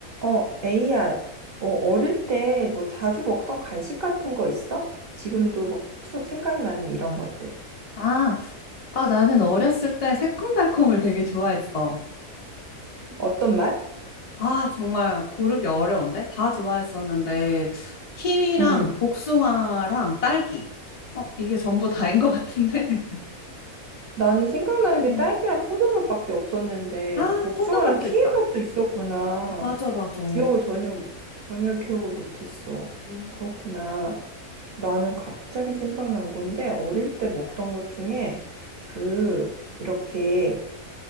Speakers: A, on the right (about 55°); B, on the left (about 40°).
A: 어, 에이야, 어, 어릴 때 뭐 자주 먹던 간식 같은 거 있어? 지금도 막 추- 생각나는 이런 것들.
B: 아, 아, 나는 어렸을 때 새콤달콤을 되게 좋아했어.
A: 어떤 맛?
B: 아, 정말 고르기 어려운데? 다 좋아했었는데, 키위랑
A: 음.
B: 복숭아랑 딸기. 어, 이게 전부 다인 것 같은데. <laughs>
A: 나는 생각나는
B: 음.
A: 게 딸기랑 포도맛밖에 없었는데
B: 아,
A: 복숭아랑
B: 포도맛도
A: 키위
B: 있다.
A: 맛도 있었구나.
B: 맞아, 맞아.
A: 기억을 전혀 전혀 기억을 못했어.
B: 음.
A: 그렇구나. 나는 갑자기 생각난 건데 어릴 때 먹던 것 중에 그 이렇게